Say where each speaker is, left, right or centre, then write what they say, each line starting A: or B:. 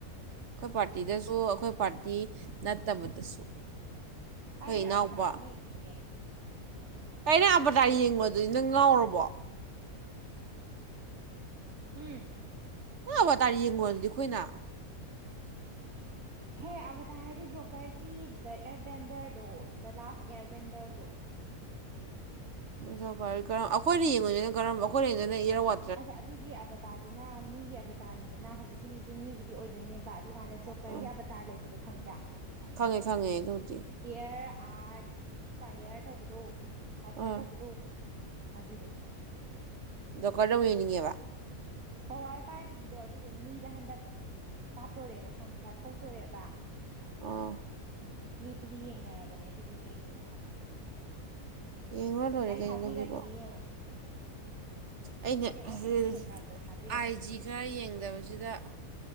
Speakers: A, on the right; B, on the right.
A: ꯑꯩꯈꯣꯏ ꯄꯥꯔꯇꯤꯗꯁꯨ ꯑꯩꯈꯣꯏ ꯄꯥꯔꯇꯤ ꯅꯠꯇꯕꯗꯁꯨ꯫
B: ꯑꯩꯗꯤ
A: ꯑꯩꯈꯣꯏ ꯏꯅꯥꯎꯄꯥ꯫
B: ꯑꯕꯇꯥꯔꯗꯣ ꯌꯦꯡꯅꯤꯡꯉꯦ
A: ꯀꯩꯅꯣ ꯑꯚꯥꯇꯥꯔ ꯌꯦꯡꯉꯨꯔꯗꯨꯗꯤ ꯅꯪ ꯉꯥꯎꯔꯕꯣ꯫
B: ꯍꯨꯝ꯫
A: ꯑꯚꯥꯇꯥꯔ ꯌꯦꯡꯉꯨꯔꯗꯤ ꯑꯩꯈꯣꯏꯅ꯫
B: <inaudible> ꯍꯦ ꯑꯚꯥꯇꯥꯔ ꯍꯥꯏꯗꯤ ꯖꯣꯀꯔꯒꯤ ꯗ ꯏꯌꯔ ꯕꯦꯟꯗꯔꯗꯣ ꯗ ꯂꯥꯁ ꯏꯌꯥꯔ ꯕꯦꯟꯗꯔꯗꯣ꯫
A: ꯖꯣꯀꯔ ꯀꯔꯝ ꯑꯩꯈꯣꯏꯅ ꯌꯦꯡꯉꯨꯏꯗꯨꯅ ꯀꯔꯝꯕ ꯑꯩꯈꯣꯏꯅ ꯌꯦꯡꯉꯤꯗꯨꯅ ꯏꯌꯔ ꯋꯥ
B: ꯑꯁ ꯑꯗꯨꯒꯤ ꯑꯚꯇꯥꯔꯗꯨꯅ ꯃꯤꯒꯤ ꯑꯚꯇꯥꯔꯅꯤꯗꯅ ꯍꯧꯖꯤꯛꯀꯤꯗꯨꯁꯨ ꯃꯤꯒꯤ ꯗꯤ ꯑꯣꯏꯗꯣꯏꯅꯦꯕ ꯑꯗꯨꯀꯥꯟꯗ ꯖꯣꯀ꯭ꯔꯒꯤ
A: ꯑꯥ
B: ꯑꯚꯇꯥꯔ ꯂꯩꯕꯗꯣ ꯈꯪꯕ꯭ꯔꯥ꯫
A: ꯈꯪꯉꯦ ꯈꯪꯉꯦ ꯑꯗꯨꯗꯤ꯫
B: ꯏꯌꯥꯔ ꯑꯥꯔꯠ ꯐꯥꯏꯌꯔ ꯇꯧꯕꯗꯣ꯫ ꯋꯥꯇꯔ
A: ꯑꯥ
B: ꯇꯧꯕꯗꯣ ꯑꯗꯨꯗꯣ꯫
A: ꯗꯣꯀꯔꯗ ꯑꯗꯨꯛ ꯌꯦꯡꯅꯤꯡꯉꯦꯕ꯫
B: ꯄꯥꯋꯥꯔ ꯄꯥꯏꯕꯒꯤꯗꯣ ꯑꯗꯨꯗꯣ ꯃꯤꯗ ꯍꯟꯗꯛ ꯀꯥꯞꯇꯣꯔꯦꯕ ꯈꯪꯕ꯭ꯔꯥ ꯊꯣꯛꯇꯣꯔꯦꯕ꯫
A: ꯑꯣ꯫
B: ꯃꯤꯗꯤ ꯌꯦꯡꯅꯔꯕꯅꯦ ꯑꯗꯨꯗꯣ ꯌꯦꯡꯅꯤꯡꯉꯦ ꯍꯥꯏꯕ꯫
A: ꯌꯦꯡꯉꯨꯔ ꯂꯣꯏꯔꯦ
B: ꯑꯩ
A: ꯀꯩꯅꯣ
B: ꯊꯥꯕꯤꯔꯛꯀꯦ
A: ꯑꯗꯨꯒꯤꯕꯣ꯫
B: ꯌꯦꯡꯉꯣ
A: ꯑꯩꯅ
B: ꯁꯨꯝ ꯃꯇꯦꯛ ꯃꯇꯦꯛꯇꯣ
A: ꯔꯤꯜꯖ
B: ꯊꯦꯡꯅꯕꯗꯣ ꯊꯥꯕꯤꯔꯛꯀꯦ
A: ꯑꯥꯏ ꯖꯤ ꯈꯔ ꯌꯦꯡꯗꯕꯁꯤꯗ